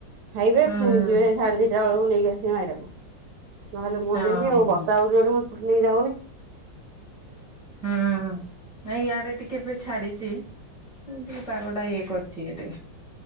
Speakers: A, on the right; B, in the centre.
A: ଖାଇବେ
B: ହୁଁ
A: ପୁଣି ଯିବେ ସାଢେ ଦିଟା ବେଳକୁ ନେଇକି ଆସିବେ ମାଇରାକୁ। ନହେଲେ ମୁଁ ଆଣିବି
B: ଓହୋ
A: ଆଉ। ବସ୍ ମୁଁ ସ୍କୁଟି ନେଇକି ଯାଉନି।
B: ହୁଁ ନାଇଁ ଇଆଡେ ଟିକେ ଏବେ ଛାଡିଛି। ଟିକେ ପାଗଟା ଇଏ କରିଛି। ଏବେ